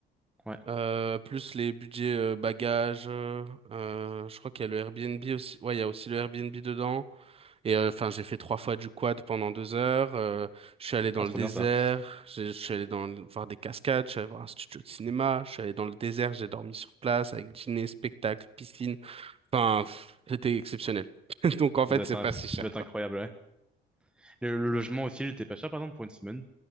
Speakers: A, in the centre; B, on the right.
A: Ouais.
B: Euh, plus les budgets euh, bagages, euh, euh, je crois qu'il y a le Airbnb aussi. Ouais, il y a aussi le Airbnb dedans. Et euh, enfin, j'ai fait trois fois du quad pendant deux heures. euh, je suis allé dans
A: Ah, trop
B: le désert.
A: bien ça.
B: j'ai- Je suis allé dans le- voir des cascades. Je suis allé voir un studio de cinéma. Je suis allé dans le désert. J'ai dormi sur place avec dîner, spectacle, piscine. Enfin, pff, c'était exceptionnel. <laughs> Donc en
A: Ça
B: fait,
A: doit être,
B: c'est
A: un-
B: pas
A: ça
B: si cher,
A: doit être
B: quoi.
A: incroyable, ouais. Le, le logement aussi, il était pas cher, par exemple, pour une semaine.